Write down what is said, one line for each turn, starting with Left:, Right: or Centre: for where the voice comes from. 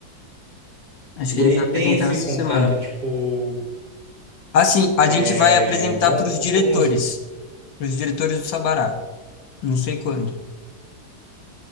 Left: Acho
Right: E
Left: que a gente
Right: aí
Left: vai
Right: tem
Left: apresentar
Right: esse
Left: essa
Right: contato,
Left: semana.
Right: tipo,
Left: Assim, a
Right: é,
Left: gente vai apresentar
Right: com,
Left: para
Right: com
Left: os diretores,
Right: os.
Left: para os diretores do Sabará. Não sei quando,